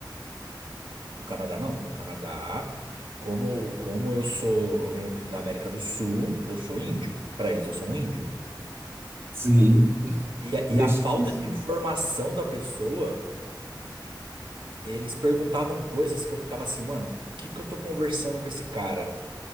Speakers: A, on the right; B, on the right.
A: No Canadá não. No Canadá, como como eu sou, eu venho da América do Sul, eu sou índio. Pra eles eu sou um índio.
B: sim. <laughs>
A: E a, e
B: Mestiço.
A: a falta de informação da pessoa, eles perguntavam coisas que eu ficava assim, mano, o que que eu tô conversando com esse cara?